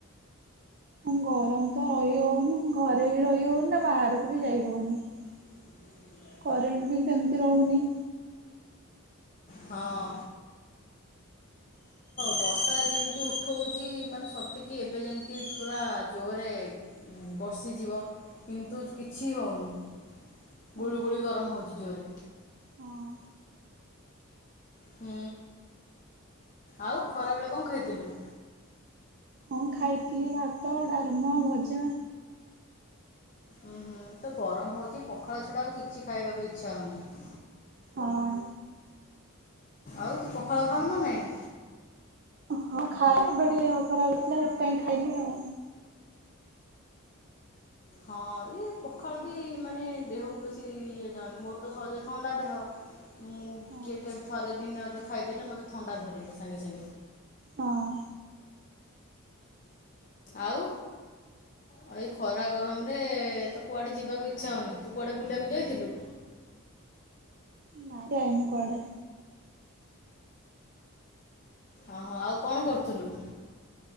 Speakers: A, on the right; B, on the left.
A: ହଁ ଗରମ ତ ରହି ହୋଉନେହିଁ ଘରେ ବି ରହି ହୋଉନେହିଁ ବାହାରକୁ ବି ଯାଇ ହୋଉନେହିଁ।
B: <inaudible>
A: କରେଣ୍ଟେ ବି ସେମିତି ରହୁନେହିଁ।
B: ହଁ। ବର୍ଷା ଯେମିତି ଉଠୋଉଚି ମାନେ ସତେକି ଏବେ ଯେମିତି ପୁରା ଜୋରେ ବର୍ଷିଯିବ କିନ୍ତୁ କିଛି ହୋଉନେହିଁ।
A: ହଁ
B: ଗୁଳୁ ଗୁଳି ଗରମ ହେଉଚି ଜୋରରେ।
A: ହଁ।
B: ହୁଁ ଆଉ ଖରାବେଳେ କଣ ଖାଇଥିଲୁ?
A: ହଁ ଖାଇଥିଲି ଭାତ ଡାଲମା ଭଜା।
B: ଉୁଁ ହୁଁ ତ ଗରମ ହୋଉଚି ପଖାଳ ଛଡା ଆଉ କିଛି ଖାଇବାକୁ ଇଚ୍ଛା ହୋଉନାହିଁ।
A: ହଁ।
B: ଆଉ ତୁ ପଖାଳ ଖାଉନା ନାହିଁ?
A: ହଁ ଖାଇଏ ଏବେ ଫେରେ ଦେହ ଖରାପ ହେଇଥିଲା ସେଥିପାଇଁ ଖାଇନିନେହିଁ ଆଉ।
B: ହଁ ଇଏ ପୋଖାଳ ବି ମାନେ ଦେହକୁ ବେଶୀ ଇଏ ଯାଉନି ମୋର ତ ସହଜେ ଥଣ୍ଡା ଦେହ। ମୁଁ
A: ହଁ।
B: ଟିକିଏ ଥରେ ଦିନେ ଅଧେ ଖାଇଦେଲେ ମତେ ଥଣ୍ଡା ଧରିବ ସାଙ୍ଗେ ସାଙ୍ଗେ।
A: ହଁ
B: ଆଉ। ଆଉ ଏଇ ଖରା ଗରମରେ ତ କୁଆଡ଼େ ଯିବାକୁ ଇଚ୍ଛା ହୋଉନେହିଁ ତୁ କୁଆଡ଼େ ବୁଲିବାକୁ ଯାଇଥିଲୁ?
A: ନାଇ ଯାଇନି କୁଆଡେ।
B: ଓ ହୋ ଆଉ କଣ କରୁଥୁଲୁ?